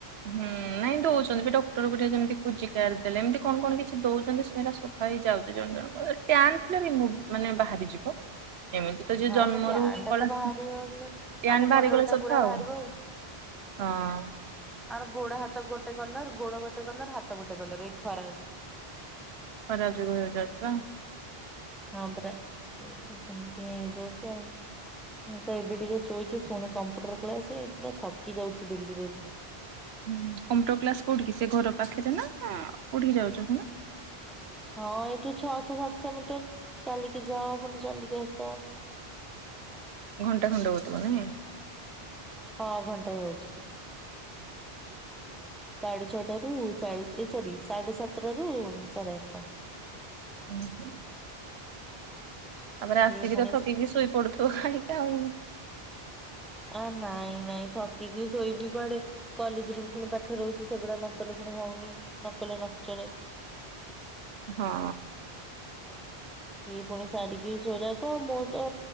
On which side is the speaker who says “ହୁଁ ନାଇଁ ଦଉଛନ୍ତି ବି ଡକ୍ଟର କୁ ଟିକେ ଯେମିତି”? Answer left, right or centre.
Right